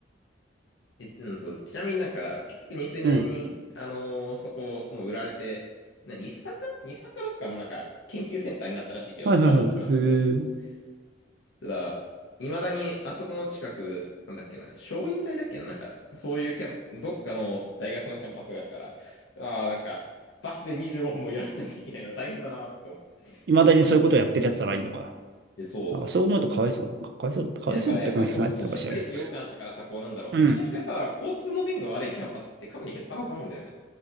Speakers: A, on the left (about 75°); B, on the right (about 55°).
A: え、うんそう、ちなみになんか、結局2000年に、
B: うん。
A: あのーそこ、もう売られて、な、日産かな日産かどっかのなんか、研究センターになったらしいけど、
B: はいはいはい。
A: 跡地は。
B: へえ。
A: そうそうそう。ただ、未だにあそこの近く、なんだっけな、松蔭大だっけな、なんか、そういうキャンプどっかの大学のキャンパスがあるから、ああ、なんか、バスで25分もやらなきゃいけないの大変だなって思って。
B: 未だにそういうことやってるやつならいいのか。
A: で、そう。
B: なんかそう思うとかわいそう。かわいそう、かわいそうって感じになってるかしらんけど。
A: なんか、やっぱ都都心回帰多くなったからさ、こうなんだろう。
B: うん。
A: めちゃくちゃさ、交通の便が悪いキャンパスってかなり減ったはずなんだよね。